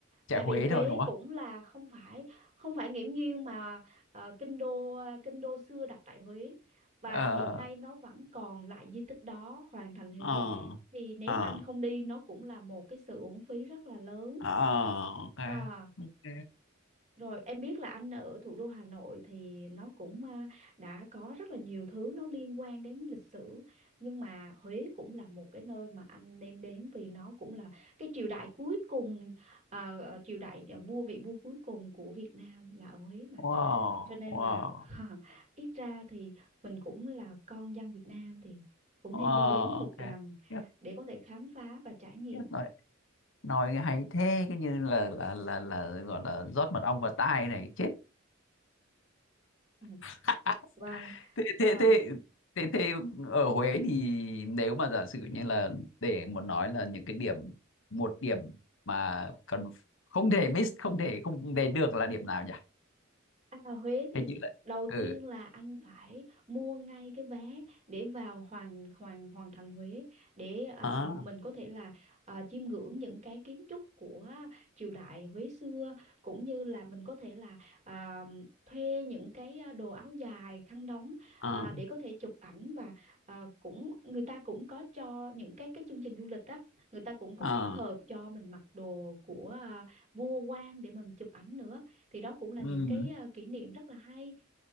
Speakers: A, on the left; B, on the right.
A: chạy
B: tại
A: Huế
B: vì Huế
A: thôi đúng không
B: cũng là không phải không phải nghiễm nhiên mà ờ, kinh đô kinh đô xưa đặt tại Huế và
A: ờ
B: hiện nay nó vẫn còn lại di tích đó hoàng thành Huế
A: ờ
B: thì nếu
A: ờ
B: anh không đi nó cũng là một cái sự uổng phí rất là lớn
A: ờ ok
B: à,
A: ok
B: rồi em biết là anh ở thủ đô Hà Nội thì nó cũng à, đã có rất là nhiều thứ nó liên quan đến lịch sử nhưng mà Huế cũng là một cái nơi mà anh nên đến vì nó cũng là cái triều đại cuối cùng à, ờ, triều đại à, vua vị vua cuối cùng của Việt Nam là ở Huế mà
A: wow
B: cho nên
A: wow
B: là <laughs> ít ra thì mình cũng là con dân Việt Nam thì cũng
A: wow
B: nên đi đến một
A: ok
B: lần
A: tiếp
B: để có thể khám phá và trải nghiệm.
A: tiếp rồi nói hay thế cái như là là là là gọi là rót mật ong vào tai này chết
B: Ừ.
A: <laughs>
B: Vâng,
A: thế
B: ờ,
A: thế thế thế thế ở Huế thì nếu mà giả sử như là để một nói là những cái điểm một điểm mà cần không thể miss không thể không để được là điểm nào nhỉ
B: Anh vào Huế thì
A: hay chỉ là
B: đầu
A: ừ
B: tiên là anh phải mua ngay cái vé để vào hoàng hoàng hoàng thành Huế để à,
A: ờ
B: mình có thể là à, chiêm ngưỡng những cái kiến trúc của triều đại Huế xưa cũng như là mình có thể là à, thuê những cái à, đồ áo dài khăn đóng
A: ờ
B: à, để có thể chụp ảnh và à, cũng người ta cũng có cho những cái cái chương trình du lịch á người ta cũng có
A: ờ
B: cái hộp cho mình mặc đồ của à, vua quan để mình chụp ảnh nữa thì đó cũng là
A: ừ
B: những cái à, kỷ niệm rất là hay